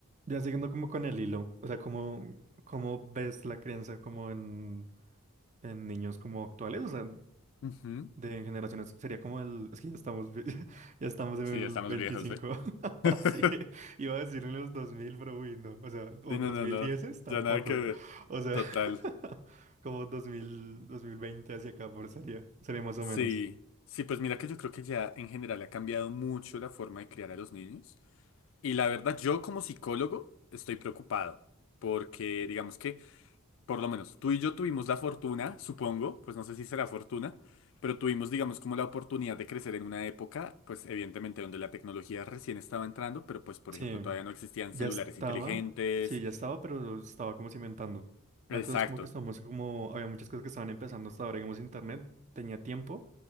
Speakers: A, on the right; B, on the left.
A: Ya siguiendo como con el hilo, o sea, ¿cómo, cómo ves la crianza como en, en niños como actuales? O sea,
B: Ujú.
A: de generaciones, sería como el, es que ya estamos, vi- <laughs> ya estamos en
B: Sí,
A: el
B: ya estamos
A: veinticinco
B: viejos, ¿eh?
A: <laughs>
B: <laughs>
A: sí, iba a decir en los dos mil pero uy, no, o sea, o
B: Sí, no,
A: 2010
B: no, no,
A: tampoco,
B: ya nada que ver.
A: o sea,
B: Total.
A: <laughs> como dos dos mil dos mil veinte hacia acá, por sería, sería más o
B: Sí,
A: menos,
B: sí, pues mira que yo creo que ya en general ha cambiado mucho la forma de criar a los niños. Y la verdad, yo como psicólogo estoy preocupado porque digamos que, por lo menos, tú y yo tuvimos la fortuna, supongo, pues no sé si será fortuna, pero tuvimos, digamos, como la oportunidad de crecer en una época, pues evidentemente donde la tecnología recién estaba entrando, pero pues, por
A: sí.
B: ejemplo, todavía no existían
A: Ya
B: celulares
A: estaba,
B: inteligentes.
A: sí, ya estaba, pero estaba como cimentando.
B: Exacto.
A: Hay cosas como que estamos, como, había muchas cosas que estaban empezando hasta ahora, digamos, internet tenía tiempo,